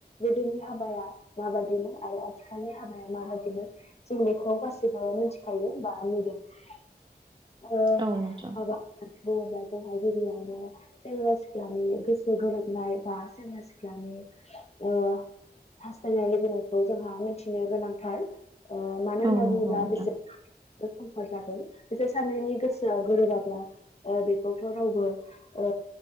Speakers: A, on the left (about 40°); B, on the right (about 30°).
A: गोदोनि हा हाबाया माबायदिमोन आरो आथिखालनि हाबाया माबायदिमोन जों बेखौ गासैबो मिनथिखायो <unintelligible> दों ओ
B: औ नोंथां
A: हाबा होनना बुङोब्ला जोंहा गिबियावनो सेंग्रा सिख्लानि गोसो गोरोबनाय बा सेंग्रा सिख्लानि ओ हास्थायनाय लुबैनायखौ जोंहा मिथिनो गोनांथार ओ मानो
B: औ
A: होनना
B: नंगौ
A: बुंङोब्ला
B: नोंथां
A: बिसोर <unintelligible> कमफर्ट जागोन। बिसोर सानैनि गोसोआ गोरोबाब्ला ओ बेखौथ' रावबो ओ